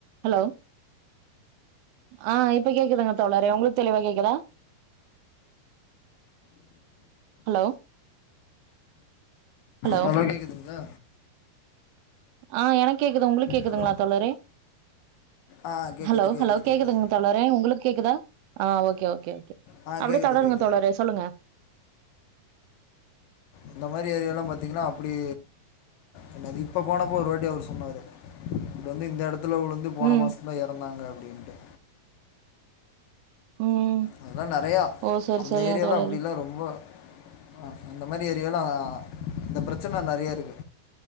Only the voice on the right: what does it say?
Hello ஆஹ் இப்ப கேக்குதுங்க தோழரே உங்களுக்கு தெளிவா கேக்குதா ஹலோ ஹலோ
ஆஹ் எனக்கு கேக்குது உங்களுக்கு கேக்குதுங்களா
தோழரே
ஹலோ
ஹலோ கேக்குதுங்க
தோழரே உங்களுக்கு கேக்குதா ஆஹ் ஓகே ஓகே
அப்டே
தொடருங்க
தோழரே சொல்லுங்க
ம்
ம்
ஓ சரி
சரிங்க
தோழரே